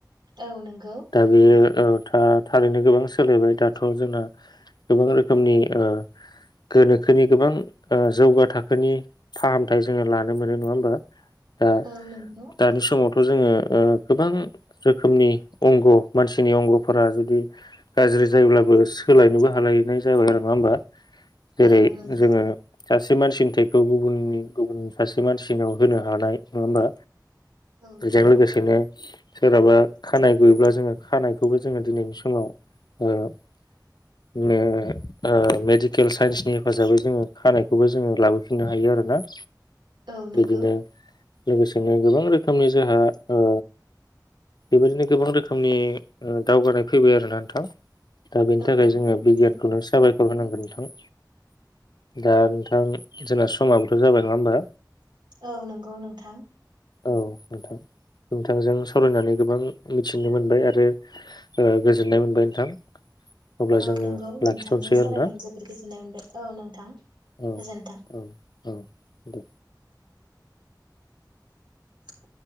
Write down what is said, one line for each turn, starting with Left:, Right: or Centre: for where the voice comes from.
Right: औ नंगौ
Left: दा बे ओ था थारैनो गोबां सोलायबाय। दाथ' जोंना गोबां रोखोमनि ओ गोनोखोनि गोबां ओ जौगा थाखोनि फाहामथाय जोङो लानो मोनो नङा होमबा? ओ
Right: औ नंगौ
Left: दानि समावथ' जोंङो ओ गोबां रोखोमनि अंग मानसिनि अंगफोरा जुदि गाज्रि जायोब्लाबो सोलायनोबो हालायनाय जाबाय आरो नङा होमबा? जेरै
Right: औ नंगौ
Left: जोङो सासे मानसिनि थैखौ गुबुन गुबुन सासे मानसिनाव होनो हानाय नङा होमबा?
Right: औ नंगौ
Left: बेजों लोगोसेनो सोरहाबा खानाय गुयोब्ला जोङो खानायखौबो जोङो दिनैनि समाव ओ ओ मेडिकेल साइन्सनि हेफाजाबै जोङो खानायखौबो जोङो लाबोफिननो हायो आरोना।
Right: औ नंगौ।
Left: बिदिनो लोगोसेनो गोबां रोखोमनि जोंहा ओ बेबायदिनो गोबां रोखोमनि ओ दावगानाय फैबाय आरोना नोंथां। दा बेनि
Right: औ
Left: थाखाय
Right: नंगौ
Left: जोङो
Right: नोंथां
Left: बिगियानखौनो साबायखर खर होनांगोन नोंथां दा नोंथां जोंना समाबोथ' जाबाय नङा होमबा?
Right: औ नंगौ नोंथां।
Left: औ नोंथां नोंथांजों सावरायनानै गोबां मिथिनो मोनबाय आरो गोजोननाय मोनबाय नोंथां। अब्ला
Right: औ
Left: जोङो
Right: नंगौ नोंथांजों
Left: लाखिथ'नोसै
Right: सावरायनानै
Left: आरोना
Right: जोबोर गोजोननाय मोनबाय औ नोंथां
Left: औ
Right: गोजोन्थों।
Left: औ औ दे
Right: <inaudible>